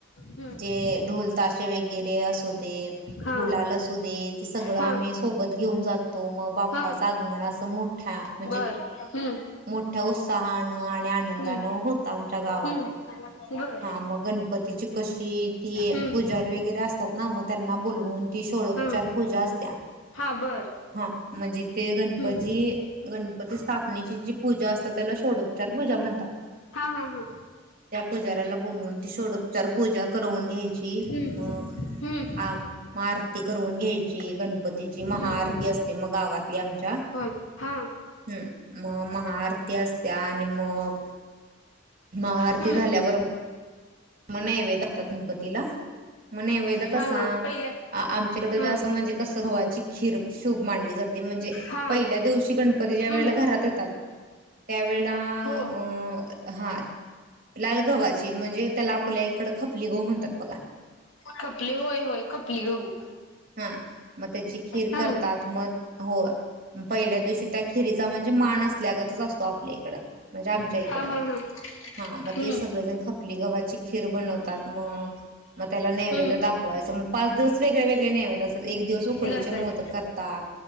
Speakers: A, on the left (about 80°); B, on the right (about 45°).
A: हम्म
B: जे ढोल ताशे वगैरे असू देत
A: हा
B: मुला अस दे ते सगळं
A: हा
B: आम्ही सोबत घेऊन जातो तो मग बाप्पाच
A: हा
B: आगमन असं मोठ्या म्हणजे
A: बर हम्म
B: मोठ्या उत्साहानं आणि आनंदान
A: हम्म
B: होत आमच्या गावात
A: हम्म बर
B: हा मग गणपतीची कशी ती
A: हम्म
B: पुजारी वगैरे असतात ना मग त्यांना बोल त्यातपचार
A: हा
B: पूजा असत्या
A: हा बर
B: हा म्हणजे ते गणपती
A: हम्म
B: गणपती स्थापनेची जी पूजा असतात त्याला ोडोपचार पूजा ज म्हणता
A: हा हा हा
B: पुजाराला बनवून ती सोडोपचार पूजा करवून घ्यायची
A: हम्म
B: म
A: हम्म
B: मग आरती करून घ्यायची गणपती ची महाआरती
A: हम्म
B: असते मग गावात आमच्या
A: होय हा
B: ह मग महाआरती असत्या आणि मग महा आरती
A: हम्म
B: झाल्यावर म्ह नाही वदा ततनपतीला मण वैद कसा
A: हा हा पहिल्या
B: आमच्याकड
A: हम्म
B: जं म्हणजे कस गव्हाची खीर शुभ मांडली जात म्हणजे
A: हा
B: पहिल्या दिवशी गणपती ज्या
A: हम्म
B: वेळेला घरात येतात त्यावेेळेला
A: हो
B: अ हा लाल गवा्हाची म्हणजे त्याला आपल्या इकडं खपली गहू म्हणतात बघा
A: खपली होय होय खपली गहू
B: हा मग त्याची खीर
A: हा
B: करतात मग हो पहिल्या दिवशी त्या खिरीचा म्हण मानल्याच असतो आपल्या इकड म्हणजे आमच्या
A: हा
B: इकड
A: हा हा
B: हा मग
A: हम्म
B: ते सगळेजण खपली गव्हाची खीर बनवत मग मग त्याला नैवेद
A: हम्म
B: दाखवायच मग पाच दिवस वेगळे वगळे नेवेत असतात एक दिवस उकडीचे
A: लसण
B: मोदक करतात